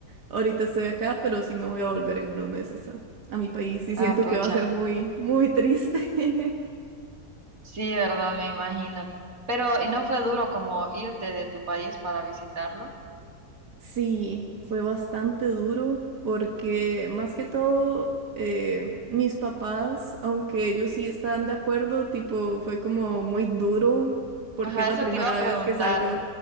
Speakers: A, on the right; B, on the right.
A: ahorita estoy acá, pero sí me voy a volver en unos meses a, a mi país y
B: Ah,
A: siento
B: pucha.
A: que va a ser muy, muy triste. <laughs>
B: Sí, verdad, me imagino. Pero, ¿y no fue duro como irte de tu país para visitarlo?
A: Sí, fue bastante duro porque más que todo eh, mis papás, aunque ellos sí estaban de acuerdo, tipo, fue como muy duro porque
B: Ajá,
A: es
B: eso
A: la primera
B: te iba a preguntar.
A: vez que salgo,